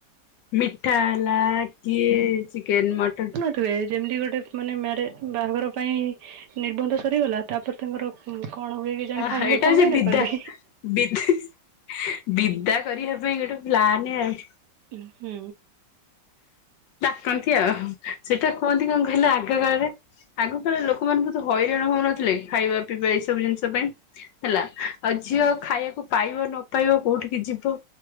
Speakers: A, on the left; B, on the right.
A: ମିଠା ହେଲା କିଏ ଚିକେନ ମଟନ୍
B: ଏ ଯେମିତି ଗୋଟେ ମାନେ ମ୍ୟାରେଜ ବାହାଘର ପାଇଁ ନିର୍ବନ୍ଧ ସରିଗଲା ତାପରେ ତାଙ୍କର। ହୁଁ କଣ ହୁଏ କେଜାଣି ଖାଇବାକୁ
A: ହଁ ଏଇଟା
B: କଣ
A: ହଉଛି
B: ପାଇଁ ଡାକନ୍ତି?
A: ବିଦା ବିଦା ବିଦା କରିବା ପାଇଁ ଗୋଟେ ପ୍ଲାନ ଆଉ।
B: ହୁଁ।
A: ଡାକନ୍ତି ଆଉ ସେଇଟା କୁହନ୍ତି କଣ କହିଲ ଆଗ କାଳ ରେ? ଆଗକାଳେ ଲୋକମାନେ ବୋହୁତ୍ ହଇରାଣ ହଉନଥିଲେ ଖାଇବା ପିଇବା ଏଇ ସବୁ ଜିନିଷ ପାଇଁ। ହେଲା ଆଉ ଝିଅ ଖାଇବାକୁ ପାଇବ ନ ପାଇବ କୋଉଠିକି ଯିବ।